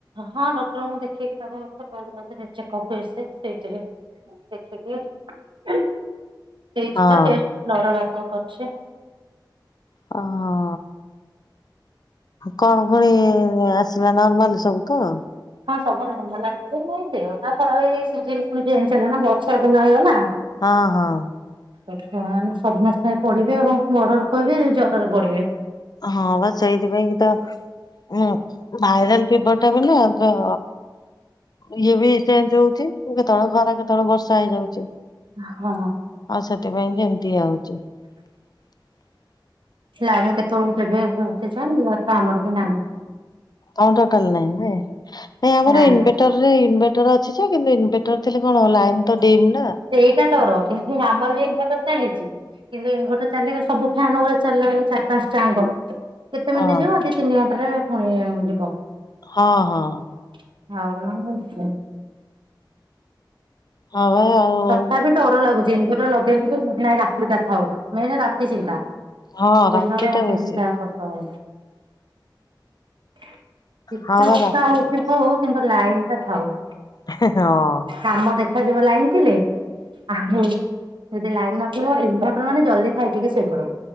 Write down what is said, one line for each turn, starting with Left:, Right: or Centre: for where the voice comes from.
Right: ହଁ ଡକ୍ଟରଙ୍କୁ ଦେଖେଇକି <unintelligible> ହେଇ ସେଇଥି ଦେଖିକି ହେଇଛି
Left: ହଁ।
Right: ତ ଟେଷ୍ଟ ନଟା ରାତିକୁ କରୁଛି।
Left: ହଁ କଣ ପୁଣି ଆସିଲା ନର୍ମାଲ ସବୁ ତ।
Right: ହଁ ସବୁ ନର୍ମାଲ ଆସିଛି। ଖାଲି ଦେହାଟା ହେଇଯାଇଛି ସିଜିନା ପୁଣି ଚେଞ୍ଜ ହେଲା ନା ବର୍ଷା ଦିନ ହେଇଗଲା।
Left: ହଁ ହଁ।
Right: ବର୍ତ୍ତମାନ ସମସ୍ତେ ପଡିବେ ଆଉ ବଡଲୋକ ବି ଜରରେ ପଡିବେ।
Left: ହଁ ବା ସେଇଥିପାଇଁ କି ତ ଉଁ ଭାଇରାଲ ଫିବର ଟା ବୋଲି ହଁ ତ। ଇଏ ବି ଚେଞ୍ଜ ହଉଛି କେତେବେଳେ ଖରା କେତେବେଳେ ବର୍ଷା ହେଇଯାଉଛି।
Right: ହଁ।
Left: ଆଉ ସେଥିପାଇଁ କି ଏମିତି <inaudible>
Right: ସେ ଆଇବ କେତେବେଳକୁ କେଜାଣି ଆମର ବି ନା
Left: ତମର ଟୋଟାଲ ନାଇଁ ନାଇଁ ଆମର
Right: ନାଇଁ
Left: ଇନଭେଟର ଇନଭେଟର ଅଛି କିନ୍ତୁ ଇନଭେଟର ଥିଲେ କଣ ଲାଇନ୍ ତ ଡିମ୍ ନା।
Right: ସେଇଟା ଡର କିନ୍ତୁ ଆମର ବି ଏବେ ଚାଲିଛି କିନ୍ତୁ ଇନ୍ଭଟର ଚାଲିଲେ ସବୁ ଫ୍ୟାନ୍ ଗୁଡ଼ା ଚାଲିଲାଣି ଚାରି ପାଞ୍ଚଟା ଯାକ। କେତେ
Left: ହଁ
Right: ମିନିଟ୍ ଯିବ ଆଜି ତିନି ଘଣ୍ଟାରେ ପୁଣି ଯିବ।
Left: ହଁ ହଁ।
Right: <unintelligible>
Left: ହଉ ଆଉ
Right: ତଥାପି ଡର ଲାଗୁଛି ଇନଭଟର ଲଗେଇ ନାଇଁ ରାତି ଟା ଥାଉ ରାତି ଚିନ୍ତା।
Left: ହଁ
Right: ଦିନ
Left: ରାତି
Right: ବେଳା
Left: ଟା
Right: ଯେମିତି
Left: ବେଶୀ
Right: ଯାହା କରିଦେବ। କେତେ
Left: ହଁ ବା
Right: ବର୍ଷ
Left: ରାତିଟା
Right: ହଉଥିବୁ
Left: ବେଶୀ
Right: କିନ୍ତୁ ଲାଇନ ଟା ଥାଉ।
Left: ହଁ।
Right: କାମ ଦେଖାଯିବ ଲାଇନ୍ ଥିଲେ। ଉଁ ହଁ ଯଦି ଲାଇନ୍ ନଥିବ ଇନଭଟର ମାନେ ଜଲଦି ଖାଇ ପିଇକି ଶୋଇପଡ।